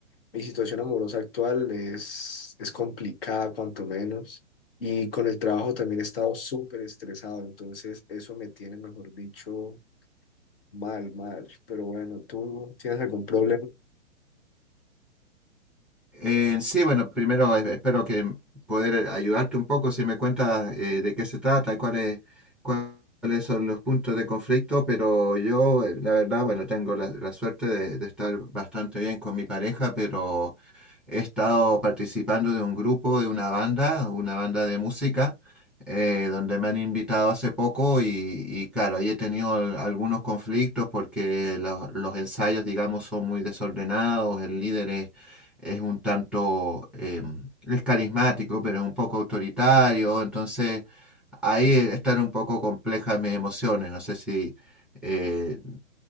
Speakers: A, on the left (about 50°); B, in the centre.
A: mi situación amorosa actual es, es complicada, cuanto menos. Y con el trabajo también he estado súper estresado, entonces eso me tiene, mejor dicho, mal, mal. Pero bueno, ¿tú tienes algún problema?
B: Eh, sí, bueno, primero eh, espero que poder ayudarte un poco si me cuentas eh, de qué se trata y cuáles, cuáles son los puntos de conflicto, pero yo, eh, la verdad, bueno, tengo la, la suerte de, de estar bastante bien con mi pareja, pero He estado participando de un grupo, de una banda, una banda de música, eh, donde me han invitado hace poco y, y claro, ahí he tenido al- algunos conflictos porque lo- los ensayos, digamos, son muy desordenados, el líder es, es un tanto, em, es carismático, pero es un poco autoritario, entonces ahí están un poco complejas mis emociones, no sé si... eh,